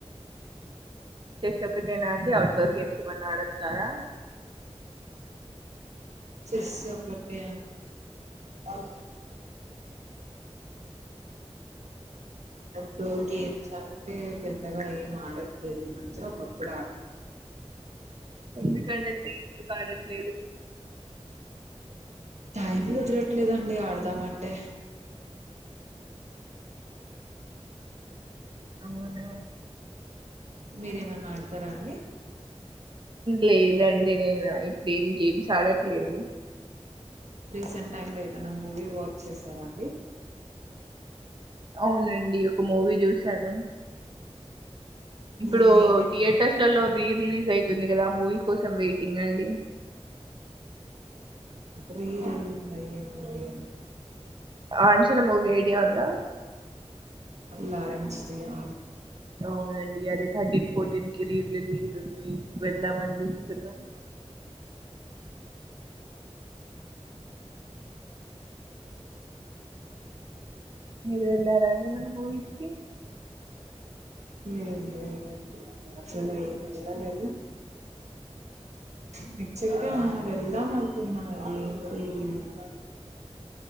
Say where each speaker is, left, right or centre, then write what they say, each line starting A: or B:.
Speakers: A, on the right; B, on the right.
A: చేసుకతేనా అ ఔట్ డర్ గేమ్స్ బన్నాడ సారా
B: చెస్సబట్టటి అడి టో గప్స్ అగాయమాడు మ ఒక కప్పుడ
A: ఎందుకు ఆడట్లేదు ఎందుకు ఆడట్లేదు
B: టైం కుదరట్లేదండి ఆడదామంటే
A: అవునా
B: మీరేమైన్నా ఆడతారా అండి?
A: లేదండి నేనా ఇప్పుడు ఏం గేమ్స్ ఆడట్లేదు.
B: రీసెంట్ టైమ్ లో ఏదైనా మూవీ వాచ్ చేసారా అండి?
A: అవునండి మూవీ చూసాను ఇప్పుడు
B: మూవీ నేమ్ ఏంటండి?
A: థియేటర్స్లలో రీ రిలీజ్ అయ్తుంది కదా ఆ మూవీ కోసం వెయిట్ టింగ్ అండి
B: రీ రిలీజ్ అయే మూవీ అన్
A: ఆచన మూవి ఐడియా ఉందా?
B: లారెన్స్ <unintelligible>
A: అవునండి అది థర్టీన్ ఫోర్టీన్ కి రీ రిలీజ్ ఉంది వెళ్దామని చూస్తున్నాం. మీర్ వెళ్ళారా అండి ఏమన్నా మూవీస్ కి
B: లే లేదండి అసలు వెలాలేదు <unintelligible> వెళ్దాం అను తిన్నావా ఏం కూర <unintelligible>